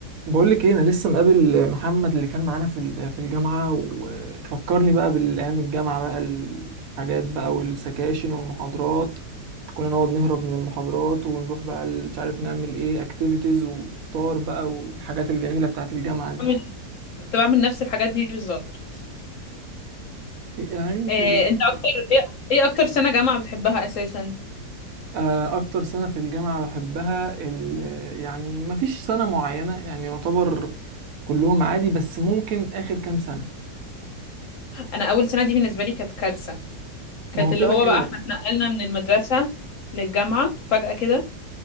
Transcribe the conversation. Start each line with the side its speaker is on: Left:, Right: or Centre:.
Right: بقول لك ايه انا لسه مقابل محمد اللي كان معانا في ال- في الجامعه وفكرني بقى بالايام الجامعه بقى الحاجات بقى والسكاشن والمحاضرات كنا نقعد نهرب من المحاضرات ونروح بقى ال- مش عارف نعمل ايه اكتيفيتيز وفطار بقى والحاجات الجميله بتاعت الجامعه دي
Left: بعمل كنت بعمل نفس الحاجات دي بالظبط
Right: إيه انت
Left: إيه
Right: إيه؟
Left: انت اكتر ايه إيه اكتر سنة جامعة بتحبها اساسا
Right: آه، اكتر سنه في الجامعه بحبها ال- يعني مفيش سنه معينه يعني يعتبر كلهم عادي بس ممكن اخر كام سنه
Left: انا اول سنة دي بالنسبة لي كانت كارثة كانت
Right: ما هو
Left: اللي
Right: كده
Left: هو
Right: كده
Left: بقى احنا اتنقلنا من المدرسة للجامعة فجأة كده